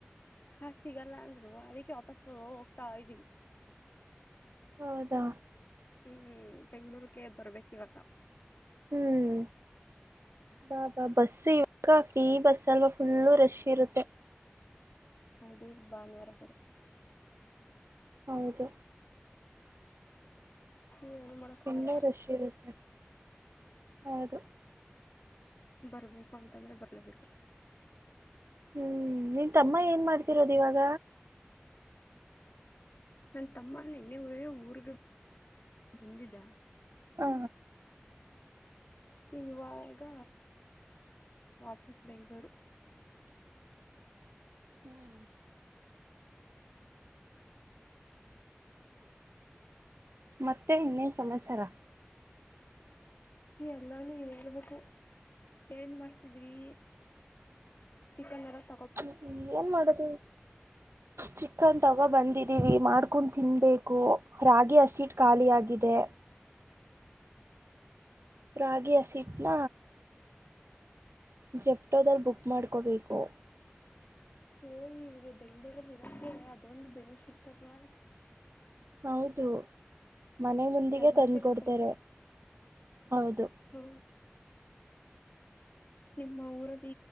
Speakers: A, on the left; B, on the right.
A: ಹಾ ಸಿಗಲ್ಲ ಅಂದ್ರು ಅದಕ್ಕೆ ವಾಪಸ್ ಹೋಗ್ತಾ ಇದ್ದೀನಿ
B: ಹೌದಾ
A: ಹ್ಮ್ ಬೆಂಗ್ಳೂರ್ಗೆ ಬರ್ಬೇಕ ಇವಾಗ
B: ಹ್ಮ್ ಬಾ ಬಾ ಬಸ್ ಯ ಫ್ರೀ ಬಸ್ ಅಲ್ವಾ ಫುಲ್ಲು ರಶ್ ಇರುತ್ತೆ
A: ಹೌದು ಭಾನುವಾರ ಬೇರೆ
B: ಹೌದು
A: ಏನು ಮಾಡಕ್ಕಾಗಲ್ಲ
B: ತುಂಬಾ ರಶ್ ಇರುತ್ತೆ ಹೌದು
A: ಬರ್ಬೇಕು ಅಂತಂದ್ರೆ ಬರ್ಲಬೇಕು
B: ಹ್ಮ್ ನೀನ್ ತಮ್ಮ ಏನ್ ಮಾಡ್ತಿರೋದು ಇವಾಗ
A: ನನ್ ತಮ್ಮ ನಿನ್ನೆವೇ ಊರ್ಗೆ ಬಂದಿದ್ದ
B: ಹಾ
A: ಇವಾಗ ಈಗ ವಾಪಸ್ ಬೆಂಗಳೂರು
B: ಹ್ಮ್ ಮತ್ತೆ ಇನ್ನೆ ಸಮಾಚಾರ
A: ಎಲ್ಲಾನು ಹೇಳ್ಬೇಕು ಏನ್ ಮಾಡ್ತಿದ್ರಿ ಚಿಕನ್ ರಕ್
B: ಹ್ಮ್ ಏನ್ ಮಾಡದವಿ ಚಿಕನ್ ತಗೋ ಬಂದಿದ್ದೀವಿ ಮಾಡ್ಕೊಂಡು ತಿನ್ಬೇಕು ರಾಗಿ ಅಸಿಡ್ ಖಾಲಿಯಾಗಿದೆ ರಾಗಿಯ ಸೀಟ್ನ ಜೆಪ್ಟೋದಲ್ ಬುಕ್ ಮಾಡ್ಕೋಬೇಕು
A: ಓಯ್ ಇವಾಗ ಬೆಂಗ್ಳೂರಲ್ಲಿ ಇರೋಕೆ ಅದೊಂದು ಬೆನಿಫಿಟ್ ಅಲ್ವಾ
B: ಹೌದು ಮನೆ ಮುಂದಿಗೆ
A: ಎಲ್ಲ
B: ತಂದುಕ
A: ಸಿಗುತ್ತೆ
B: ಕೊಡ್ತಾರೆ ಹೌದು
A: ಹ ನಿಮ್ಮ ಊರದ